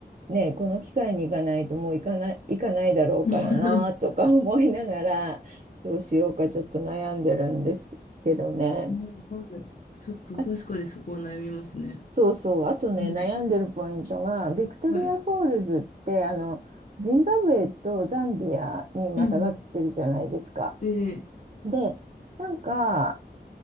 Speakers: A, on the right; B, on the left.
A: ね、この機会に行かないともう行かない、行かないだろうからなとか
B: <laughs>
A: <laughs> 思いながら、どうしようかちょっと悩んでるんですけどね。
B: もうはい。ちょっと確かにそこは悩みますね。
A: あ、そうそう、あとね、
B: うん。
A: 悩んでるポイントが、ビクトリア・
B: はい。
A: フォールズって、あの、ジンバブエとザンビアにまたがってるじゃないですか。
B: うん。ええ
A: で、なんか、